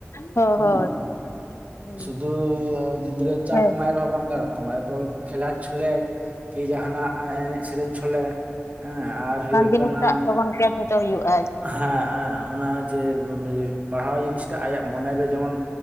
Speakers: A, on the left (about 75°); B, on the right (about 30°).
A: ᱦᱳᱭ
B: ᱦᱩᱸ
A: ᱦᱳᱭ ᱦᱩᱸ
B: ᱥᱩᱫᱩ ᱜᱤᱫᱽᱨᱟᱹ ᱪᱟᱯ
A: ᱦᱮᱸ
B: ᱢᱟᱭ ᱦᱮᱦᱚ ᱵᱟᱝ ᱜᱟᱱᱚᱜ ᱟ᱾ ᱛᱚᱢᱟᱨ ᱠᱷᱮᱞᱞᱟ ᱪᱷᱚᱞᱮ ᱠᱤ ᱡᱟᱦᱟᱱᱟᱜ ᱮᱱᱮᱡ ᱥᱮᱨᱮᱧ ᱪᱷᱚᱞᱮ ᱦᱮᱸ ᱟᱨ ᱦᱩᱭᱩᱜ
A: ᱡᱤᱱᱤᱥ
B: ᱠᱟᱱᱟ
A: ᱴᱟᱜ ᱞᱚᱜᱚᱱ ᱠᱮᱪ ᱦᱚᱪᱚ ᱦᱩᱭᱩᱜᱼᱟ᱾ ᱟᱨᱠᱤ
B: ᱦᱮᱸ ᱦᱮᱸ ᱚᱱᱟ ᱡᱮ ᱯᱟᱲᱦᱟᱣ ᱡᱤᱱᱤᱥᱴᱟ ᱟᱭᱟᱜ ᱢᱚᱱᱮᱨᱮ ᱡᱮᱢᱚᱱ